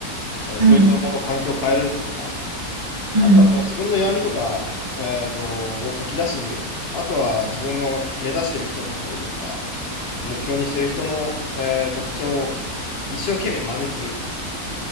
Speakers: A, on the left (about 45°); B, on the right (about 25°).
A: えーそういったもの、
B: うん。
A: 環境を変えるとか、
B: うん。
A: あとはその自分の弱みとか、えっと、を書き出してみる。あとは自分の目指している人だったりだとか、目標にしてる人の、えー特徴を一生懸命真似する。